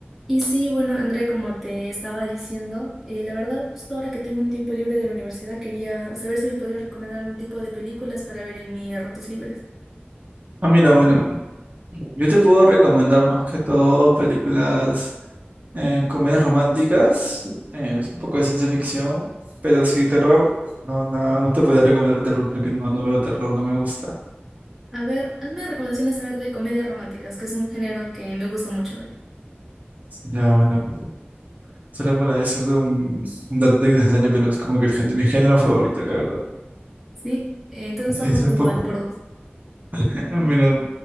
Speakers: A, in the centre; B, on the right.
A: Y sí, bueno, André, como te estaba diciendo, eh, la verdad, justo ahora que tengo un tiempo libre de la universidad, quería saber si me podías recomendar algún tipo de películas para ver en mis ratos libres.
B: Ah, mira, bueno, yo te puedo recomendar más que todo películas, eh, comedias románticas, eh, es un poco de ciencia ficción, pero sí terror, no, no, no te podría recomendar el terror porque no, no veo terror, no me gusta.
A: A ver, hazme recomendaciones a ver de comedias románticas, que es un género que me gusta mucho ver.
B: Ya, bueno, solo para decirte un, un dato innecesario, pero es como que el género- mi género favorito, la verdad.
A: Sí, Eh, entonces
B: Sí,
A: estamos
B: es un
A: igual
B: poco,
A: por dos.
B: <laughs> eh, mira,